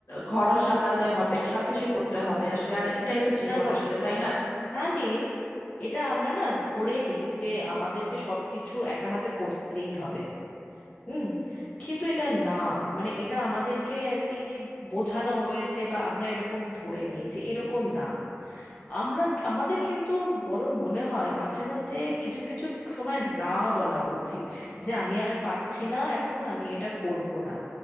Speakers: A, on the left; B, on the left.
A: ঘরও সামলাতে হবে সবকিছুই করতে
B: হুম
A: হবে আসলে আর এটাই তো জীবন
B: না গো
A: আসলে তাই না
B: জানি এটা আমরা না ধরে নিই যে আমাদেরকে সবকিছু একা হাতে করতেই হবে হুম কিন্তু এটা না মানে এটা আমাদেরকে আর কি বোঝানো হয়েছে বা আমরা এরকম ধরে নিয়েছি এরকম না আমরা আমাদের কিন্তু বরং মনে হয় মাঝে মধ্যে কিছু কিছু সময় না বলা উচিত যে আমি আর পারছি না এখন আমি এটা করব না